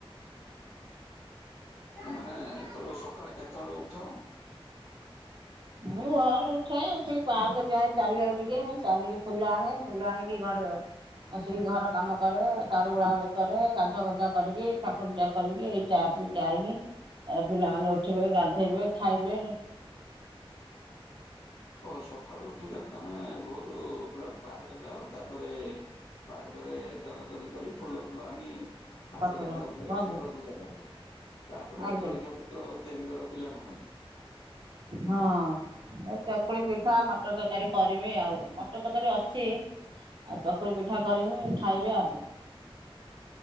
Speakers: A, on the left (about 90°); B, on the right (about 50°).
A: ମାନେ ତମେ ସକାଳେ କେତେବେଳେ ଉଠ?
B: ମୁଁ ଭୋରୁ ଉଠେ ଉଠିକି ପାର୍କ ଯାଏ ଚାଲିବାକୁ ଟିକେ ଚାଲିକି ଫୁଲ ଆଣେ। ଫୁଲ ଆଣିକି ଘରେ ଆସିକି ଘର କାମ କରେ ତାର ଉଳାଉଳି କରେ ଗାଧୁଆ ପାଧୁଆକରିକି ଠାକୁର ପୂଜା କରିକି ଏଇ ଚା ପିଇକି ଆଇନି ପିଲାମାନେ ଉଠିବେ ଗାଧେଇବେ ଖାଇବେ।
A: ଓ ସକାଳୁ ଉଠି ତାହେଲେ ତମେ ଭୋରୁ ପୁରା ପାର୍କ ଯାଅ ତାପରେ ପାର୍କରେ ଚଲାଚଲି କରି ଫୁଲ ଫୁଲ ଆଣି ଆସିକି
B: କଟର
A: ଗାଧୁଆ ପାଧୁଆ
B: ହଉଛି
A: କରିକିଠାକୁର
B: ବନ୍ଦ
A: ପୂଜା କର ତାପରେ
B: ଆଜ୍ଞା
A: ଜଳଖିଆ ପତ୍ର ତିଆରି କର ପିଲାଙ୍କ ପାଇଁ।
B: ହଁ ଏ ଚକୁଳି ପିଠା ମଟର ତରକାରୀ କରିବି ଆଉ। ମଟର ତରକାରୀ ଅଛି ଆଉ ଚକୁଳି ପିଠା କରିମି ଖାଇବେ ଆଉ।